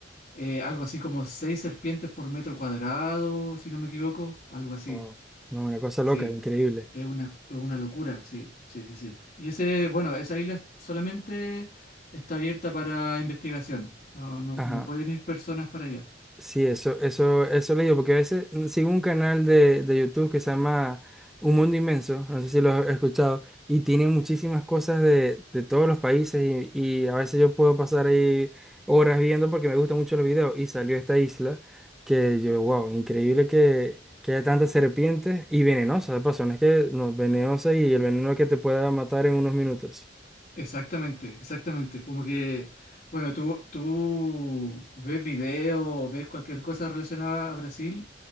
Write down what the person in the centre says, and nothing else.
Wow. No, una cosa loca,
increíble.
Ajá.
Sí, eso, eso, eso he leído, porque a veces mm, sigo un canal de, de YouTube que se llama Un Mundo Inmenso, no sé si lo has escuchado, y tiene muchísimas cosas de, de todos los países y, y a veces yo puedo pasar ahí horas viendo porque me gustan mucho los videos y salió esta isla que yo, wow, increíble que, que haya tantas serpientes y venenosas, de paso, no es que no, venenosa y el veneno que te pueda matar en unos minutos.